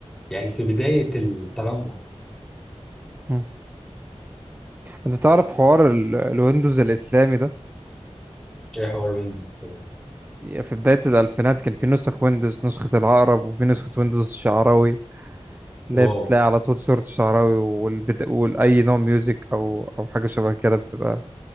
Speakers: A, in the centre; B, on the right.
A: يعني في بداية التنمر
B: مم. انت تعرف حوار ال... الويندوز الاسلامي ده
A: ايه حوار بنز اصلا
B: في بداية الألفينات كان في نسخ ويندوز نسخة العقرب وفي نسخة ويندوز الشعراوي اللي
A: واو
B: هي بتلاقي على طول صورة الشعراوي والبد... والأي نوع ميوزك أو أو حاجة شبه كده بتبقى